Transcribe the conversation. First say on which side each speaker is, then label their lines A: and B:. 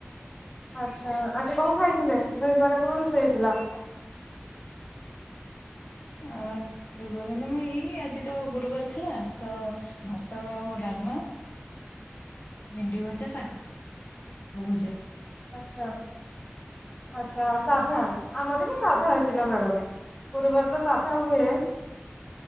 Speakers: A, on the left; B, on the left.
A: ଆଚ୍ଛା ଆଜି କଣ ଖାଇଥିଲେ, ଦୁଇ ପହରେ କଣ ରୋଷେଇ ହେଇଥିଲା?
B: ଆ ଦୁଇ ପହରେ ମ୍ୟାଡାମ ଏଇ ଆଜି ତ ଗୁରୁବାର ଥିଲା ତ ଭାତ ଆଉ ଡାଲ୍ମା। ଭେଣ୍ଡି ଭଜା ଶାଗ ଭଜା।
A: ଆଚ୍ଛା, ଆଚ୍ଛା ସାଧା ଆମର ବି ସାଧା ହେଇଥିଲା ମ୍ୟାଡାମ୍। ଗୁରୁବାର ତ ସାଧା ହୁଏ।